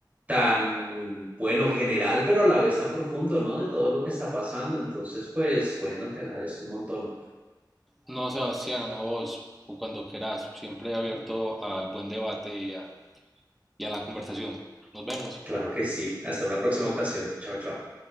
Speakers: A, on the right; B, in the centre.
A: tan bueno general, pero a la vez tan profundo, ¿no? De todo lo que está pasando. Entonces, pues, bueno, te agradezco un montón.
B: No, Sebastián, a vos, o cuando querás, siempre abierto al buen debate y a, y a la conversación. Nos vemos.
A: Claro que sí. Hasta una próxima ocasión. Chao, chao.